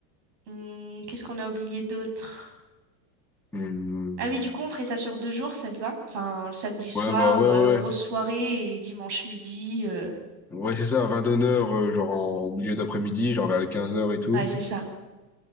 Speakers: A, on the right; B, in the centre.
A: Hmm, qu'est-ce qu'on a oublié d'autre?
B: Hmm.
A: Ah oui, du coup, on ferait ça sur deux jours, ça te va? Enfin, le samedi soir,
B: Ouais, bah, ouais,
A: euh,
B: ouais.
A: grosse soirée et dimanche midi. euh,
B: Ouais, Ouais, c'est ça, à 20h, euh, genre en milieu d'après-midi, genre vers les 15h et tout.
A: Ouais, c'est ça.